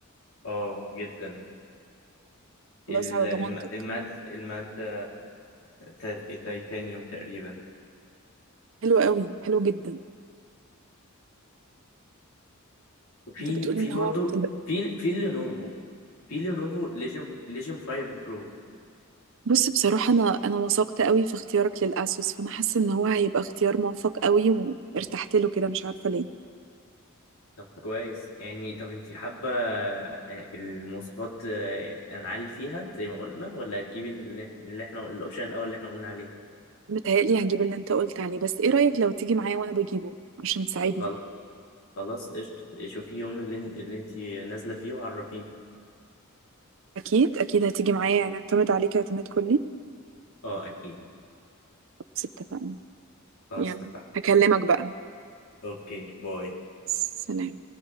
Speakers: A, on the left; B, on the right.
A: اه جدا
B: خلاص
A: ال-
B: على
A: الم-
B: ضمانتك
A: الماد المادة تا- تيتانيوم تقريبا
B: حلو قوي حلو جدا
A: في
B: انت بتقولي
A: في
B: ان
A: برضو
B: هو بتل...
A: في في لينوفو في لينوفو ليجن ليجن 5 برو
B: بص بصراحة أنا أنا وثقت قوي في اختيارك للأسوس فأنا حاسة إن هو هيبقى اختيار موفق قوي وارتحت له كده مش عارفة ليه
A: طب كويس يعني طب انت حابة آه، المواصفات آه، هنعلي فيها زي ما قلنا ولا هتجيبي اللي اللي احنا الاوبشن الاول اللي احنا قلنا عليه
B: متهيألي هجيب اللي أنت قلت عليه بس إيه رأيك لو تيجي معايا وأنا بجيبه عشان تساعدني
A: خل- خلاص قشطة شوفي يوم اللي, اللي انت نازلة فيه وعرفيني
B: أكيد أكيد هتيجي معايا يعني أعتمد عليك اعتماد كلي
A: اه اكيد
B: بس اتفقنا
A: خلاص
B: يلا
A: اتفقنا
B: هكلمك بقى
A: اوكي باي
B: سلام